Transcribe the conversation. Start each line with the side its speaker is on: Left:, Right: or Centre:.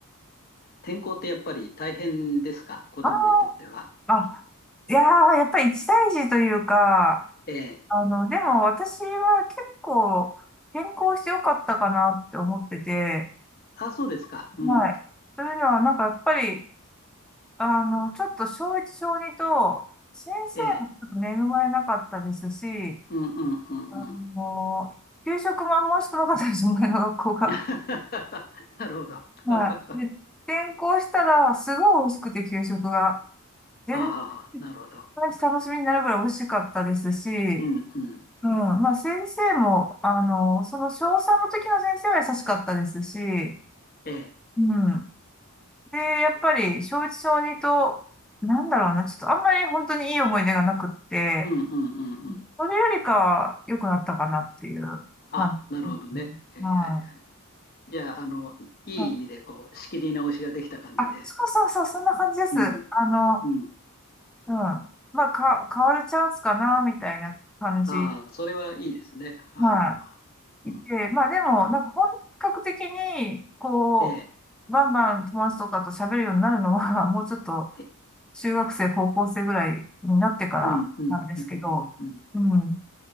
Left: 転校ってやっぱり大変ですか、子供にとっては。
Centre: あああ、いやー、やっぱり一大事というか、
Left: ええ、
Centre: あの、でも私は結構転校してよかったかなって思ってて、
Left: あ、そうですか。うん。
Centre: はい。というのは、なんかやっぱり、あの、ちょっと小一小二と、先生もちょっと恵まれなかったですし、
Left: ええ、うん、うん、うん、
Centre: あの、
Left: うん。
Centre: 給食もあんま美味しくなかったです、前の学校が。
Left: <laughs> なるほど。<laughs>
Centre: はい。
Left: あ
Centre: で、転校したら、すごい美味しくて、給食が。全
Left: あ、
Centre: 然
Left: なるほど。
Centre: 毎日楽しみになるぐらい美味しかったですし、
Left: うん、うん。
Centre: うん、まあ先生も、あの、その小三の時の先生は優しかったですし、
Left: ええ、
Centre: うん。で、やっぱり小一小二と、なんだろうな、ちょっとあんまり本当にいい思い出がなくって、
Left: うん、うん、うん、うん。
Centre: それよりかは良くなったかなっていう
Left: あ、
Centre: 感じです。
Left: なるほどね。はい、
Centre: はい。
Left: はい、はい。じゃあ、あの、いいい意味で、
Centre: うん
Left: こう、仕切り直しができた感じで。
Centre: あ、そうそうそう、そんな感じです。
Left: うん、
Centre: あの、
Left: うん。
Centre: うん。まあ、か、変わるチャンスかな、みたいな感じ。
Left: ああ、それはいいですね。はあはあはあうん、
Centre: はいいて、まあでも、なんか本格的に、こ
Left: ええ、
Centre: う、バンバン友達とかと喋るようになるのは、もうちょっと
Left: え
Centre: 中学生、高校生ぐらいになってからなんですけど、
Left: うん、うん、うん、うん、うん。
Centre: うん。うん